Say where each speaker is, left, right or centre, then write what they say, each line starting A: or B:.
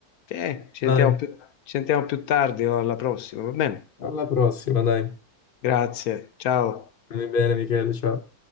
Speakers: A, on the left; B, on the left.
A: Eh, ci
B: dai,
A: sentiamo più... ci sentiamo più tardi o alla prossima, va bene?
B: alla prossima, dai.
A: Grazie, ciao.
B: Stammi bene, Michele, ciao.